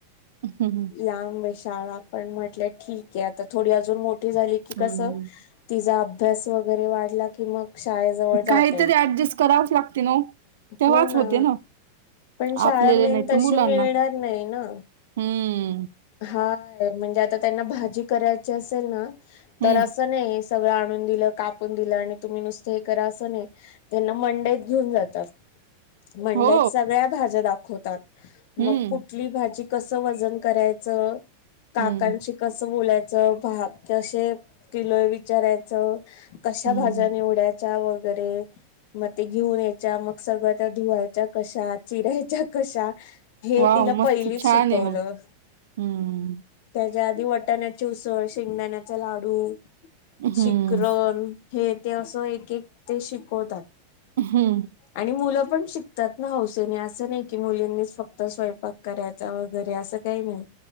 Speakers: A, on the right; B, on the left.
A: <unintelligible>
B: लांब शाळा पण म्हटल्या ठीके आता. थोडी अजून मोठी झाली की कसं,
A: हम्म
B: तिचा अभ्यास वगैरे वाढला कि मग शाळेजवळ
A: काहीतरी
B: जातईल
A: ऍडजस्ट करावच लागते ना ओ. तेव्हाच
B: हो ना
A: होते
B: पण शाळा
A: आपल्याला
B: मेन
A: नाही
B: तशी
A: तर मुलांना
B: मिळणार नाही ना?
A: हम्म
B: हाय म्हणजे आता त्यांना भाजी करायची असेल ना तर
A: हम्म
B: असं नाही. सगळं आणून दिलं कापून दिलं आणि तुम्ही नुसतं हे करा असं नाही. त्यांना मंडईत घेऊन जातात. मंडईत
A: हो
B: सगळ्या भाज्या दाखवतात मग
A: हम्म
B: कुठली भाजी कसं वजन करायचं काकांची
A: हम्म
B: कसं बोलायचं भाग कसे किलो विचारायचं. कशा
A: हम्म
B: भाज्या निवडायच्या वगैरे मग ते घेऊन यायच्या मग सगळं त्या धुवायच्या कशा चिरा्यायच्या कशा हे
A: वाव
B: तिला
A: मस्त
B: पहिलीच
A: छान
B: शिकवलं.
A: आहे मग हम्म
B: त्याच्या आधी वटाण्याची उसळ, शेंगदाण्याचा लाडू,
A: हम्म
B: शिकरण हे ते असं एक एक ते शिकवतात.
A: हम्म
B: आणि मुलं पण शिक तात ना हौसेने असं नाही की मुलींनीच फक्त स्वयंपाक करायचा वगैरे असं काही नाही